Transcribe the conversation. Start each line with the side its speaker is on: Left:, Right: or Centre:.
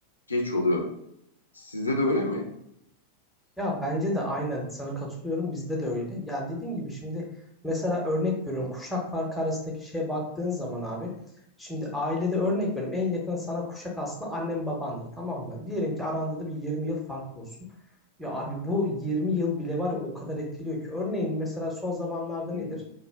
Left: geç oluyor. Sizde de öyle mi?
Centre: Ya bence de aynen sana katılıyorum. Bizde de öyle. Ya dediğin gibi şimdi mesela örnek veriyorum. Kuşak farkı arasındaki şeye baktığın zaman abi. Şimdi ailede örnek veriyorum. En yakın sana kuşak aslında annen babandır tamam mı? Diyelim ki aranda da bir 20 yıl fark olsun. Ya abi bu 20 yıl bile var ya o kadar etkiliyor ki. Örneğin mesela son zamanlarda
Left: Hı
Centre: nedir?
Left: hı.